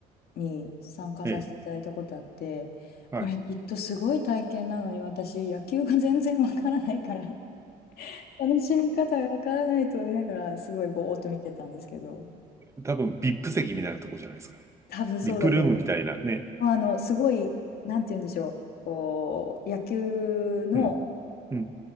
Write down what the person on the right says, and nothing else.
ええ。はい。
多分ビップ席みたいなとこじゃないですか。
ビップルームみたいなね。
うん、うん、